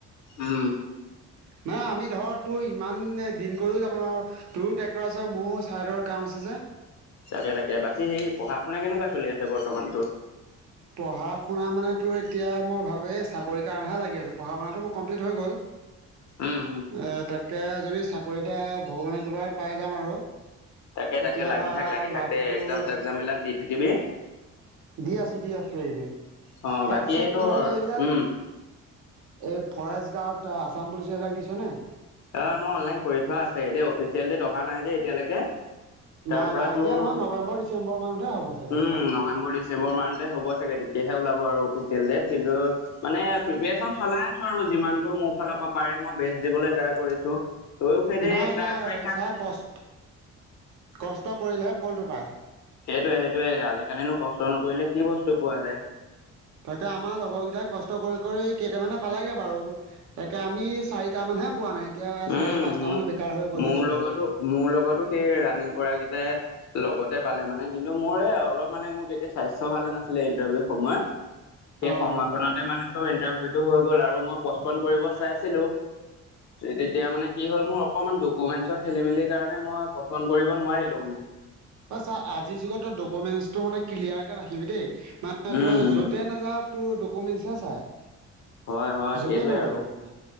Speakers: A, on the left (about 65°); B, on the right (about 70°).
A: উম
B: মানে আমি ধৰ তোৰ ইমান দিন কৰিও যাব নোৱাৰো তোৰো ট্ৰেক্টৰ আছে মোৰ ছাইডৰ কাৰণ আছে যে
A: তাকে তাকে বাকী সেই পঢ়া শুনা কেনেকুৱা চলি আছে বৰ্তমান তোৰ
B: পঢ়া শুনা মানে তো এতিয়া মই ভাবেই চাকৰিৰ কাৰণেহে লাগি আছ পঢ়া শুনাটো মোৰ কমপ্লিট হৈ গ'ল
A: উম উম
B: এ তাকে যদি চাকৰি এটা ভগৱানে কিবা পাই যাওঁ আৰু
A: তাকে
B: তেতিয়া
A: তাকে লাগি থাক লাগি থাক
B: লাকটো
A: দে এক্জাম চেগজাম বিলাক দি থাকিবি
B: দি আছো দি আছো এইদিন
A: অ
B: তাৰপিছত
A: বাকী তোৰ
B: তই এইবিলাক
A: উম
B: এই ফৰেষ্ট গাৰ্ড আছাম পুলিচ এই বিলাক দিছনে
A: অ মই অনলাইন কৰি থোৱা আছে এই দে অফিচিয়েল ডট নাই যে এতিয়ালেকে তাৰ
B: নাই
A: পৰা
B: নাই এতিয়া
A: তোৰ
B: নহয় নৱেম্বৰ ডিচেম্বৰ মানতহে হ'ব চাগে
A: উম
B: সেয়া
A: নৱেম্বৰ ডিচেম্বৰ মানতে হ'ব চাগে তেতিয়াহে ওলাব আৰু অফিচিয়েল ডেট কিন্তু মানে প্ৰিপৰেচন চলাই আছো আৰু যিমানটো মোৰ ফালৰ পৰা পাৰে মই বে দিবলৈ ট্ৰাই কৰিছো তইয়ো সেই
B: নাই
A: ট্ৰাই
B: নাই
A: কৰি থাক
B: ছাৰ কষ্ট কষ্ট কৰিলেহে ফলটো পায়
A: সেইটোয়ে সেইটোয়ে আজিকালিনো কষ্ট নকৰিলে কি বস্তু পোৱা যায়
B: তাকে আমাৰ লগৰ কেইটাক কষ্ট কৰি কৰি কেইটামানে পালোগে বাৰু তাকে আমি চাৰিটা মানে হে পোৱা নাই এতিয়া চাৰি
A: উম
B: পাঁচটা
A: মোৰ
B: মান বেকাৰ হৈ বহি
A: মোৰ
B: আছো
A: লগতো
B: ঘৰতে।
A: মোৰ লগতো সেই ৰানিং কৰা কেইটাই লগতে পালে মানে কিন্তু মোৰ অলপ মানে মোৰ তেতিয়া স্বাস্থ্য ভালে নাছিলে ইণ্টাৰভিউৰ সময়ত সেই
B: অ'।
A: সময়কনতে মানে তোৰ ইটাৰভি টো হৈ গ'ল আৰু, মই পচপন কৰিব চাইছিলো তেতিয়া মানে কি হ'ল মোৰ অকমান ডকুমেন্টৰ খেলি মেলি কাৰণে মই পচন্দ কৰিব নোৱাৰিলো মানে।
B: অ চা আজিৰ যুগত তই ডকুমেন্টচটো মানে ক্লিয়াৰকে ৰাখিবি দেই। মানে
A: উম
B: তই
A: উম
B: যতে নাযাৱ তোৰ ডকুমেন্টছহে চাই।
A: হয় হয়
B: য'তে
A: সেইটোয়ে
B: নগ'লেও
A: আৰু,
B: মানে।